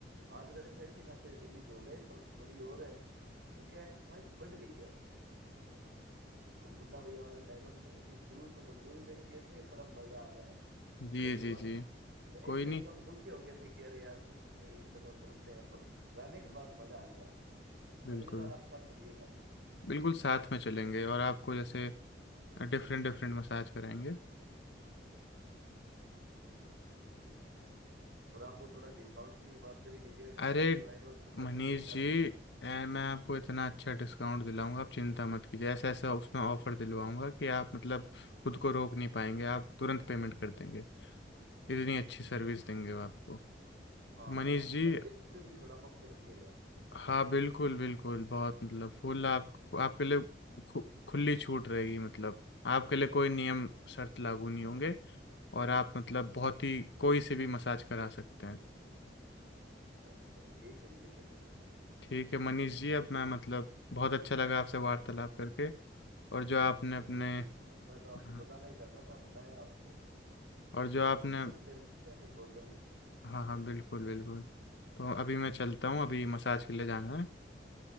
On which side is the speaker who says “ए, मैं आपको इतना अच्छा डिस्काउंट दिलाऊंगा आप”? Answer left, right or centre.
Left